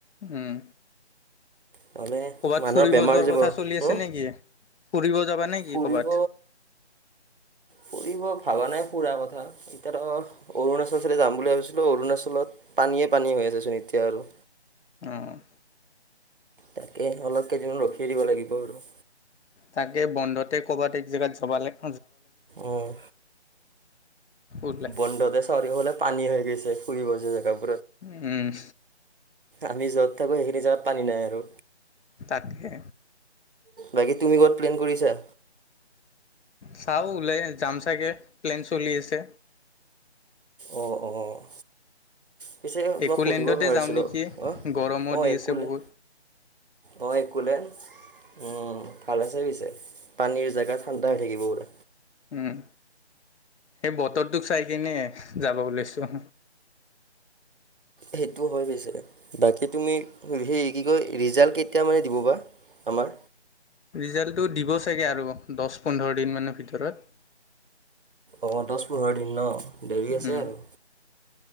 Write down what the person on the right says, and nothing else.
নহ'লে
মানুহৰ
বেমাৰ
হৈ যাব
হু
ফুৰিব
ফুৰিব ভাবা নাই ফুৰা কথা এতিয়া ৰ অৰুণাচলৰে যাম বুলি ভাবিছিলো অৰুণাচলত পানীয়ে পানী হৈ আছে চোন এতিয়া আৰু
তাকে অলপ কেইদিনত ৰখিয়ে দিব লাগিব আৰু।
উম,
বন্ধতে <unintelligible> হ'লে পানী হৈ গৈছে, ফুৰিব যোৱা জেগাবোৰ
আমি য'ত থাকো সেইখিনি জেগাত পানী নাই আৰু।
বাকী তুমি ক'ত প্লেন কৰিছা?
অ - অ। পিছে
মই সুধিব পাহৰিছিলোঁ
অ
অ
একোলেন
অ, একুলেণ্ড উম, ভাল আছে পিছে। পানীৰ জেগা ঠাণ্ডা হৈ থাকিব পুৰা।
সেইটো হৈ পিছে বাকী তুমি সেই কি কয় ৰিজাল্ট কেতিয়া মানে দিব বা? আমাৰ
অ, দহ পোন্ধৰ দিন ন দেৰি
আছে আৰু।